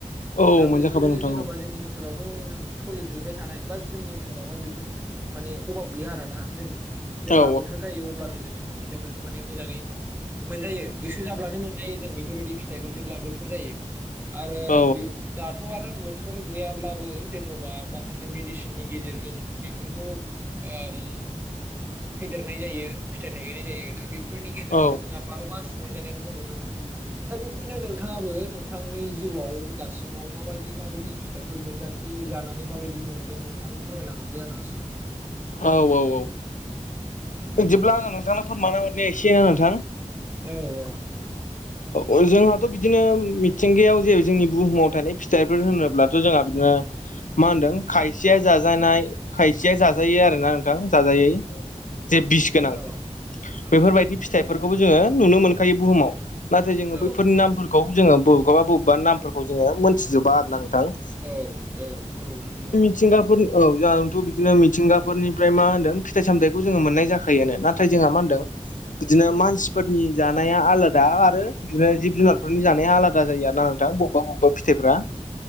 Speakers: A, on the left (about 80°); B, on the right (about 15°).
A: औ
B: दा
A: मोनजाखाबाय
B: बैफोरो
A: नोंथां
B: जेन'बा
A: औ
B: जोंनि ओनसोलावथ' सोलिफेरबाय थानाय बा जोंनि जोंनावहाय बेफोरनि माने अभाब गैया आरोना जों जेब्ला
A: औ
B: बोथोर जायो अब्लानो जों बेफोर फिथाइफोरखौ माने मोजाङै मोनजायो गोसो जाब्लानो मोनजायो जों बेफोरबायदि फिथाइखौ जेब्ला बो थोर जायो आरो
A: औ
B: बे दाथ' आरो बोथोर गैयाब्लाबो जेन'बा माखासे मेडिसिननि गेजेरजों बेफोरखौ ओम फेदेरनाय जायो फिथाइ थायहोनाय जायो दा बेफोरनि गेजेरावथ'
A: औ
B: जोंहा बार' मास मोनजानायखौ जों नुनो मोनो दा बिब्दिनो नोंथाङाबो नोंथांनि जिउआव दासिम सिमाव माबायदि माबायदि फिथाइफोर मोनजाखो जानानै माबायदि मोनदों नोंथाबो फोरमायना हरदो आरो एसे
A: औ औ औ
B: उम
A: बिदिब्ला आङो नोंथांनो फोरमाना हरनाया एसेनो नोंथां
B: औ औ नोंथां औ
A: औ जोंहाथ' बिदिनो मिथिंगायाव जे जोंनि बुहुमाव थानाय फिथाइफोर होनोब्लाथ' जोंहा बिदिनो मा होनदों खायसेया जाजानाय खायसेया जाजायो आरो ना नोंथां जाजायै जे बिस गोनां
B: औ औ
A: बेफोरबायदि फिथाइफोरखौबो जोङो नुनो मोनखायो बुहुमाव नाथाय जोङो
B: औ
A: बैफोरनि नामफोरखौ जोङो बबेखौबा बबेबा नामफोरखौ जोङो मोनथिजोबा आरो ना नोंथां
B: औ औ औ नोंगौ
A: मिथिंगाफोरनि औ जाथ' बिदिनो मिथिंगाफोरनिफ्राय मा होनदों फिथाइ सामथायखौ जोङो मोननाय जाखायोनो ना नाथाय जोंहा मा होनदों बिदिनो मानसिफोरनि जानाया आलादा आरो बो बिदिनो जिब जुनारफोरनि जानाया आलादा जायो आरो ना नोंथां बबेबा बबेबा फिथायफ्रा